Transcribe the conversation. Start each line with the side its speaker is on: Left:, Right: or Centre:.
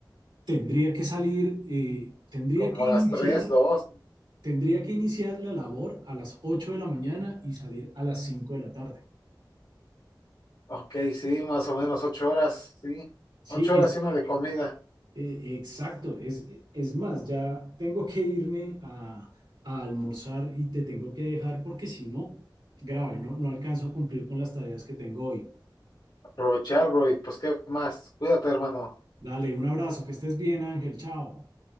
Right: Tendría que salir, eh, tendría
Left: Como
Right: que Sí.
Left: a las
Right: iniciar
Left: tres dos
Right: tendría que iniciar la labor a las 8 de la mañana y salir a las 5 de la tarde.
Left: Ok, sí, más o menos ocho horas, sí.
Right: Sí,
Left: Ocho
Right: es
Left: horas y una de comida.
Right: eh, exacto. Es, es más, ya tengo que irme a, a almorzar y te tengo que dejar porque si no, grave, ¿no? No alcanzo a cumplir con las tareas que tengo hoy.
Left: Aprovechar, bro, y pues qué más. Cuídate, hermano.
Right: Dale, un abrazo, que estés bien, Ángel, chao.